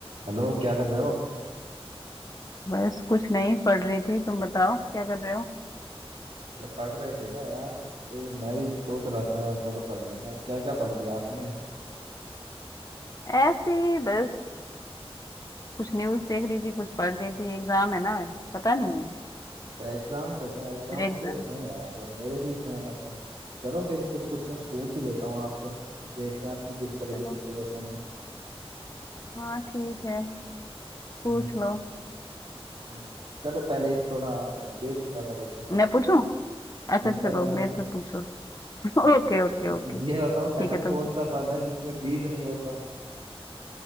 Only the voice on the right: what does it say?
Hello क्या कर रहे हो
अच्छा पढ़ रहे थे क्या यार तो मैं भी सोच रहा था थोड़ा पढ़ने का क्या क्या पढ़ लिया आपने
अच्छा एग्जाम्स है क्या एग्जाम्स
तो हैं यार मेरे भी हैं मतलब चलो फिर कुछ क्वेश्चंस पूछ ही लेता हूँ आपसे देखते हैं आपकी किस तरह
की प्रिपरेशन है
हम्म,
हम्म। चलो पहले एक थोड़ा बेतुका सा क्वेश्चन पूछ
पहले
मैं
पूछता
हूँ।
ये बताओ
ऐसा
कौन
सा फल है जिसमें बीज नहीं होता